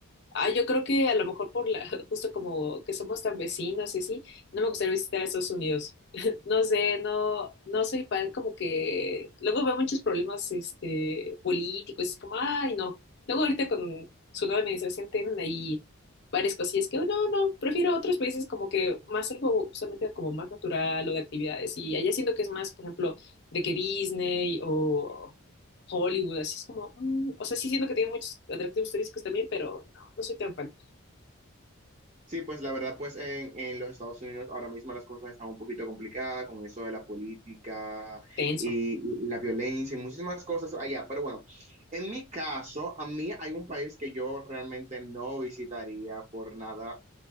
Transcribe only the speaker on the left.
Ah, yo creo que a lo mejor por la, <laughs> justo como que somos tan vecinos y así, no me gustaría visitar a Estados Unidos. <laughs> No sé, no, no soy fan como que luego veo muchos problemas este políticos, es como, ay no. Luego ahorita con su nueva administración tienen ahí varias cosillas que "Oh, no, no, prefiero otros países como que más algo justamente como más natural o de actividades. Y allá siento que es más, por ejemplo, de que Disney o Hollywood, así es como, mm, o sea, sí siento que tiene muchos atractivos turísticos también, pero no, no soy tan fan.
Tenso.